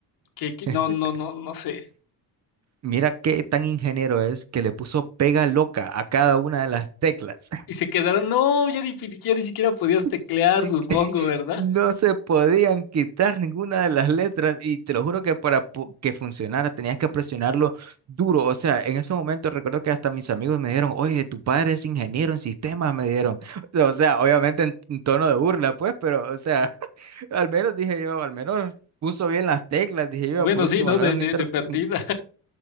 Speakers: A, on the left (about 55°); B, on the right (about 40°).
A: ¿Qué, qué?
B: <laughs>
A: No, no, no, no sé.
B: Mira qué tan ingeniero es que le puso pega loca a cada una de las teclas.
A: Y se quedaron, no, ya ni, ya ni siquiera podías
B: <laughs>
A: teclear, supongo, ¿verdad?
B: No se podían quitar ninguna de las letras y te lo juro que para po- que funcionara tenías que presionarlo duro. O sea, en ese momento recuerdo que hasta mis amigos me dijeron, oye, tu padre es ingeniero en sistemas, me dijeron. <laughs> O sea, obviamente en, en tono de burla, pues, pero, o sea, <laughs> al menos dije yo, al menos puso bien las teclas, dije yo,
A: Bueno,
B: por último,
A: sí, ¿no?
B: al
A: De,
B: menos
A: de, de perdida.
B: no,